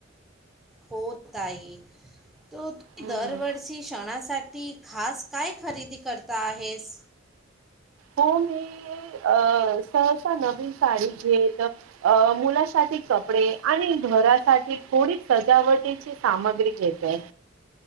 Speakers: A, in the centre; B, on the right.
A: होत आहे, तर तुम्ही
B: हम्म.
A: दरवर्षी सणासाठी खास काय खरेदी करता आहेस?
B: हो मी, अ सहसा नवीन साडी घेत अ, मुलासाठी कपडे, आणि घरासाठी थोडी सजावटीची सामग्री घेत आहे.